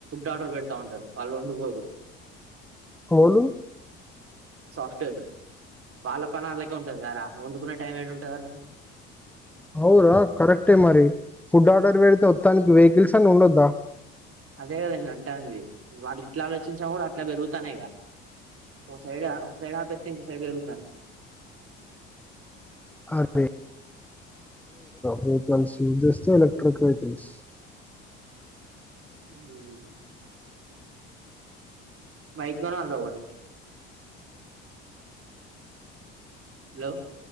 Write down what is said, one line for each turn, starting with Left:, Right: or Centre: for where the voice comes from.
Right: ఆర్డర్ పెడతా ఉంటారు వాళ్ళు వండుకోరు
Centre: హలు
Right: సాఫ్ట్వేర్లు వాళ్ళ పని వాళ్ళకే ఉంటది కదా రా వండుకునే టైం ఏడ ఉంటది వాళ్ళకి
Centre: అవురా కరెక్టే మరిీ ఫుడ్ ఆర్డర్ పెడితే వత్తానికి వే విల్సన్ ఉండొద్దా
Right: అదే నన్ వాళ్ళు ఇట్లా ఆలోచించా కూడా అట్లా పెరుగుతానయిగా ఒక సైడ్ ఒక సైడ్ ఆపేత్తే ఇంకో సైడ్ పెరుగుతానయ్
Centre: అదే వెికల్స్ యూజ్ చేస్తే ఎలక్ట్రిక్ వెహికల్స్
Right: ఉమ్ బైక్ గొనాల్రా ఒకటి హలో